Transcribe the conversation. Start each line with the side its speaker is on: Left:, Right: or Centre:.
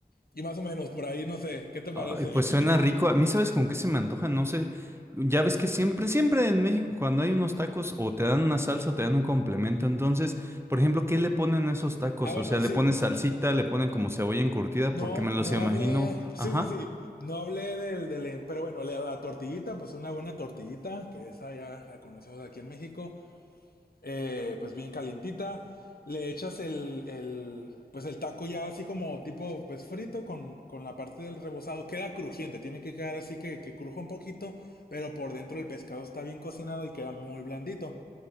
Left: y más o menos por ahí, no sé, ¿qué te parece?
Right: Ay, pues suena
Left: <laughs>
Right: rico. A mí, ¿sabes con qué se me antoja? No sé. Ya ves que siempre, siempre en México, cuando hay unos tacos, o te dan una salsa o te dan un complemento. Entonces, por ejemplo, ¿qué le ponen a esos tacos?
Left: Ah, bueno,
Right: O sea, le
Left: sí,
Right: ponen salsita, le ponen como cebolla encurtida,
Left: no,
Right: porque me los
Left: no
Right: imagino.
Left: hablé, sí,
Right: Ajá.
Left: sí, sí, no hablé del, del, en- pero bueno, la, la tortillita, pues una buena tortillita, que esa ya la conocemos aquí en México. eh, pues bien calientita. Le echas el, el, pues el taco ya así como tipo pues frito con, con la parte del rebozado. Queda crujiente, tiene que quedar así que, que cruja un poquito, pero por dentro el pescado está bien cocinado y queda muy blandito.